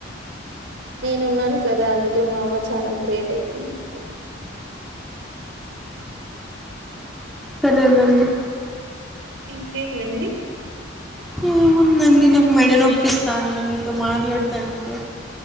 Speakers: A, on the right (about 75°); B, in the centre.
A: నేనున్నాను కదా అందుకే మా అమ్మ చానా గ్రేట్ అయిపోయింది
B: సరేనండి
A: ఇంకేం అండి
B: ఏముందండి నాక్ మెడ నొప్పిస్తా అండి మీతో మాట్లాడుతంటే